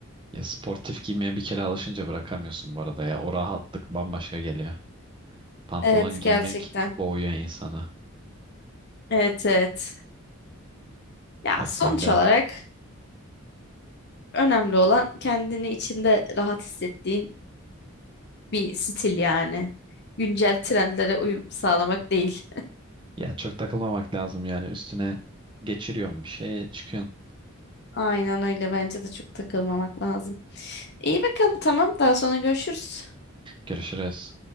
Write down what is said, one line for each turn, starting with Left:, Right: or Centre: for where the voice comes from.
Right: Ya sportif giymeye bir kere alışınca bırakamıyorsun bu arada ya. O rahatlık bambaşka geliyor. Pantolon
Left: Evet
Right: giymek
Left: gerçekten.
Right: boğuyor insanı.
Left: Evet evet. Ya
Right: Evet
Left: sonuç
Right: ben de
Left: olarak önemli olan kendini içinde rahat hissettiğin bir stil yani. Güncel trendlere uyum sağlamak değil.
Right: Ya çok takılmamak lazım yani üstüne geçiriyorsun bir şeye çıkıyorsun.
Left: Aynen öyle bence de çok takılmamak lazım. İyi bakalım tamam daha sonra görüşürüz.
Right: Görüşürüz.